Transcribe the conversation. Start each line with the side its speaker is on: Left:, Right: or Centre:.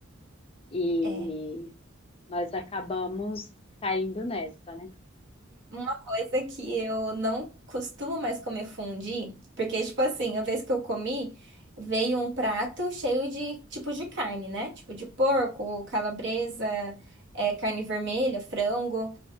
Left: E
Right: É.
Left: nós acabamos caindo nessa, né?
Right: Uma coisa que eu não costumo mais comer fondue, porque, tipo assim, a vez que eu comi, veio um prato cheio de tipos de carne, né? Tipo de porco, calabresa, é, carne vermelha, frango.